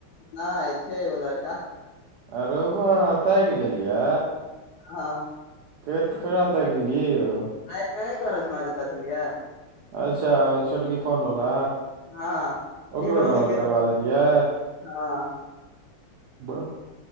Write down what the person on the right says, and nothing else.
आरउबा ताइक लेलियै
के ककरा ताइक लेलियै यौ
अच्छा छोटकी फोनवला
ओकरो
डाउनलोड
करबा
देलियै
ब